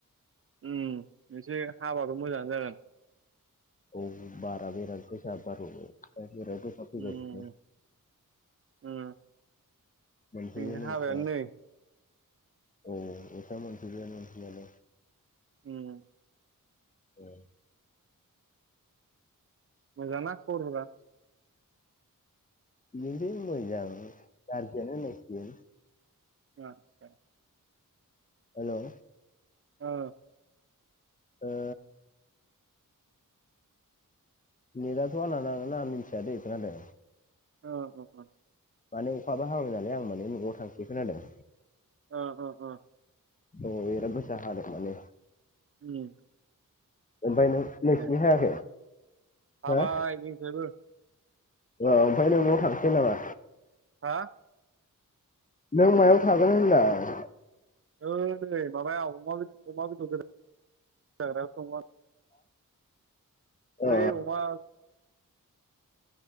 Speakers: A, on the right; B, on the left.
A: उम एसे हाबाथ' मोजाङानो जागोन।
B: औ बारा बिराद गोसा बारबोबाय बिराद गोसा फैगासिनो।
A: उम उम जोंनिथिं
B: मोनफैबायानो
A: हाबायानो
B: अखाया
A: नै।
B: औ अखाया मोनफैबायमोन मोनफैनायालाय।
A: उम।
B: <unintelligible>
A: मोजां ना खबरफोरा?
B: बिदिनोसै मोजां गारजियानो होननांसिगोन।
A: <inaudible>
B: हेलौ
A: ओ
B: ओ औ नेदाथ आंना नांगोना नाङा मिथियादै खोनादों?
A: <unintelligible>
B: माने अखाबो हाबाय नालाय आं माने न'आव थांसै खोनादों?
A: ओ ओ ओ
B: औ बिराद गोसा हादों माने।
A: उम
B: ओमफाय नों-नोंसिनि
A: दे
B: हायाखै?
A: हाबाय
B: हो
A: जोंनिखिजायबो।
B: ओ ओमफाय नों न'आव थांसै नामा?
A: हा
B: नों मायाव थागोन होनदां?
A: ओ नै माबायाव अमा बेद-अमा बेदर गोदाग्रायाव दंमोन।
B: ओ
A: ओइ अमा